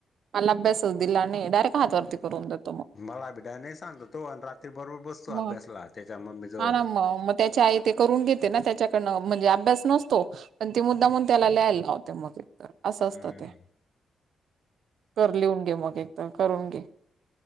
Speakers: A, on the right (about 70°); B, on the left (about 40°).
A: मला अभ्यासच दिला आणि डायरेक्ट हातवरती करून देत.
B: मला भिडा नाही सांगत तो आणि रात्री बरोबर बसतो
A: मग
B: अभ्यासला त्याच्या मम्मी जवळ
A: हा ना मग त्याच्या आई ते करून घेते ना त्याच्याकडन म्हणजे अभ्यास नसतो पण ती मुद्दा म्हणून त्याला ल्यायला लावते मग तर असं असतं
B: हम्म
A: ते कर लिहून घे मग एक तर करून घे.